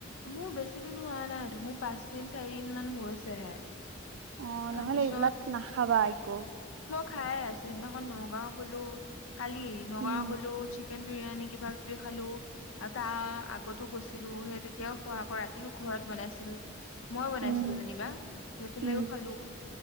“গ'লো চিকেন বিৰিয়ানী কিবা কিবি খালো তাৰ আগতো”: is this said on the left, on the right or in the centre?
Left